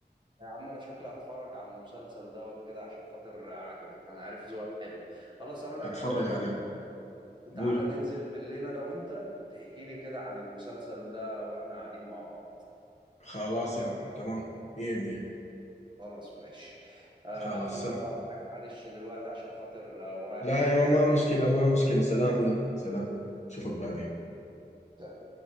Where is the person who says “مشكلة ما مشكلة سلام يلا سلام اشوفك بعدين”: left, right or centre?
Left